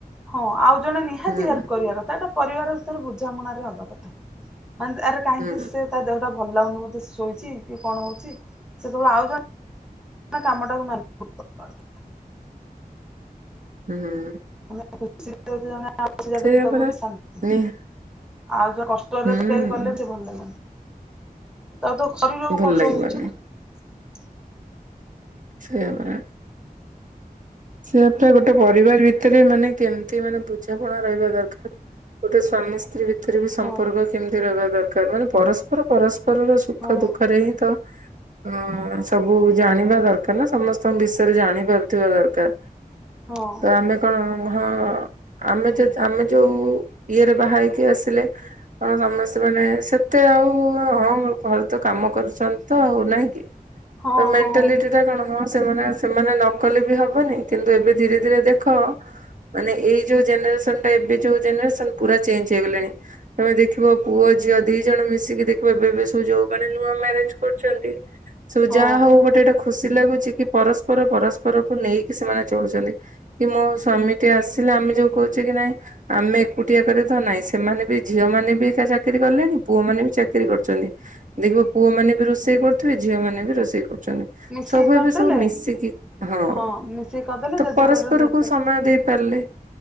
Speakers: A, in the centre; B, on the right.
A: ହଁ ଆଉ ଜଣେ ନିହାତି
B: ହୁଁ
A: ହେଲ୍ପ କରିବା କଥା ଏଟା ପରିବାର ତାର ବୁଝାମଣାରେ ହବା କଥା। ମାନ୍ଦ ଆରେ କାହିଁକି
B: ହୁଁ
A: ସେ ତା ଦେହଟା ଭ ଭଲଲାଗୁନି ବୋଧେ ଶୋଇଚି କି କଣ ହଉଚି ସେତେବେଳେ ଆଉ ଜଣେ କାମଟାକୁ <unintelligible>
B: ହୁଁ ଉଁ।
A: ଆମେ <unintelligible> <unintelligible> ବି
B: ସେଇଆ ପରା
A: ଶାନ୍ତି
B: ନିହା
A: ଆଉ <unintelligible> କଷ୍ଟରେ
B: ହୁଁ
A: ତକାରି କଲେ ସେ ଭଲ ଲାଗିବନି। ତା ତ ଶରୀରକୁ
B: ଭଲ
A: କଷ୍ଟ
B: ଲାଗିବନି
A: ହଉଚି ନାଆ।
B: ସେଇଆ ପରା। ସେପ ଟା ଗୋଟେ ପରିବାର ଭିତରେ ମାନେ କେମତି ମାନେ ବୁଝାପଣା ରହିବା ଦରକାର ଗୋଟେ ସ୍ଵାମୀ ସ୍ତ୍ରୀ ଭିତ ଏଥିରେ ବି ସମ୍ପର୍କ
A: ହଁ
B: କେମତି ରହିବା ଦରକା ମାନେ ପରସ୍ପର ପରସ୍ପ ରର ସୁଖ
A: ହଁ।
B: ଦୁଃଖରେ ହିଁ ତ ହଅଁ ସବୁ ଜାଣିବା ଦରକାର ନା ସମସ୍ତଙ୍କ ବିଷୟରେ ଜାଣିପାରୁଥିବା ଦରକା କାର୍।
A: ହଁ
B: ତ ଆମେ କଅଁ ହଁଅ ଆମେ ଯେ-ଆମେ ଯୋଉ ଇଏରେ ବାହା ହେଇକି ଆସିଲେ ତାଙ୍କ ସମସ୍ତେ ମାନେ ସେତେ ଆଉ ହଁ ଘରେ ତ କାମ କରୁଚନ୍ତି ତ ଆଉ ନାହିଁ କି?
A: ହଁ
B: ତ ମେଣ୍ଟାଲିଟି
A: ହଁ
B: ଟା କଣ ହ ସେମାନେ ସେମାନେ ନକଲି ବି ହବ। ହବନି କିନ୍ତୁ ଏବେ ଧୀରେ ଧୀରେ ଦେଖଅ ମାନେ ଏଇ ଯୋଉ ଜେନେରେସନ୍ ଟା ଏବେ ଯୋଉ ଜେନେରେସନ୍ ପୁରା ଚେଞ୍ଜ ହେଇଗଲେଣି ତମେ ଦେଖିବ ପୁଅ ଝିଅ ଦି ଜଣ ମିଶିକି ଦେଖିବ ଏବେ ଏବେ ସବୁ ଯୋଉ ମାନ ନୂଆ ମ୍ୟାରେଜ୍ କରୁଚନ୍ତି। ସବୁ
A: ହଁ
B: ଯାଆ ହଉ ଗୋଟେ ଗୋଟେ ଖୁ ଖୁସି ଲାଗୁଚି କି ପରସ୍ପର ପରସ୍ପରକୁ ନେଇ କି ସେମାନେ ଚଳୁଚନ୍ତି କି ମୋ ସ୍ଵାମୀଟି ଆସିଲେ ଆମେ ଯୋଉ କହୁଚେ କି ନାଇଁ ଆମେ ଏକୁଟିଆ କରି ତ ନାଇଁ ସେମାନେ ବି ଝିଅ ମାନେ ବି ଚା-ଚାକିରି କଲେଣି ପୁଅମାନେ ବି ଚାକିରି କରୁଚନ୍ତି ଦେଖିବ ପୁଅ ମାନ ବି ରୋଷେଇ କରୁଥିବେ ଝିଅ ମାନେ ବି ରୋଷେଇ କରୁ ଚନ୍ତି
A: ମିଶିକି
B: ସବୁ
A: କରିଦେଲେ
B: ଏବେ ସବୁ ମିଶିକି ହଁଅଁ।
A: ହଁ ମିଶିକି କରିଦେଲେ
B: ତ
A: ଜେଜେବାପାର
B: ପରସ୍ପରକୁ
A: ଜେଜେ
B: ସମୟ ଦେଇପାରିଲେ